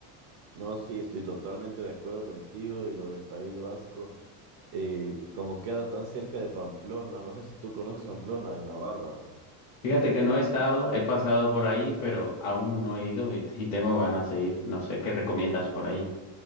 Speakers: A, on the right; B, on the left.
A: No, sí, estoy totalmente de acuerdo contigo y lo del País Vasco. eh, como queda tan cerca de Pamplona, no sé si tú conoces Pamplona en Navarra.
B: Fíjate que no he estado, he pasado por ahí, pero aún no he ido y, y tengo ganas de ir. No sé qué recomiendas por ahí.